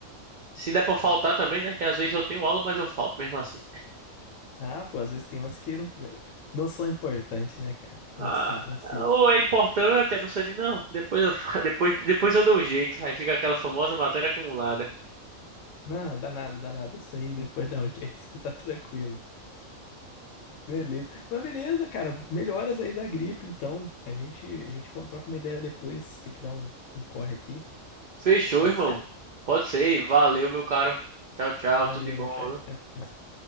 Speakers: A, on the right (about 70°); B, on the left (about 70°).
A: Se der pra faltar também, né? Que às vezes eu tenho aula, mas eu falto mesmo assim.
B: Ah, pô, às vezes tem umas que não, não são importantes, né, cara?
A: Ah,
B: Não precisa, não precisa.
A: ou é importante, a pessoa diz, não, depois eu, fa- <laughs> depois, depois eu dou um jeito. Aí fica aquela famosa matéria acumulada.
B: Não, dá nada, dá nada. Isso aí depois <laughs> dá um jeito, <laughs> tá tranquilo. Beleza. Mas beleza, cara. Melhoras aí da gripe, então. A gente, a gente troca uma ideia depois. Tem que dar um, um corre aqui.
A: Fechou,
B: Pode
A: irmão.
B: ser?
A: Pode ser. Valeu, meu caro. Tchau, tchau.
B: Valeu,
A: Tudo de bom,
B: meu chefe.
A: viu?
B: Até mais.